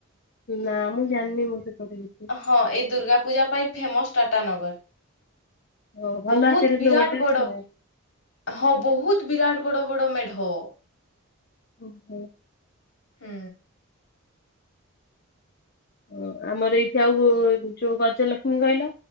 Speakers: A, on the left; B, on the left.
A: ନା ମୁଁ ଜାଣିନି ମୋତେ କୁଆଡେ କିଛି।
B: ହଁ ଏଇ ଦୁର୍ଗା ପୂଜା ପାଇଁ ଫେମସ୍ ଟାଟା ନଗର୍।
A: ଓହୋ ଭଲ
B: ବହୁତ୍
A: ଆକାରରେ ପୁରା
B: ବିରାଟ
A: ଆକାରରେ
B: ବଡ ହଁ ବହୁତ୍ ବିରାଟ ବଡ ବଡ ମେଢ।
A: ଉଁ ହୁଁ।
B: ହୁଁ।
A: ଓ ଆମର ଏଇଠି ଆଉ ଯୋଉ ଯୋ ଗଜଲକ୍ଷ୍ମୀ କହିଲ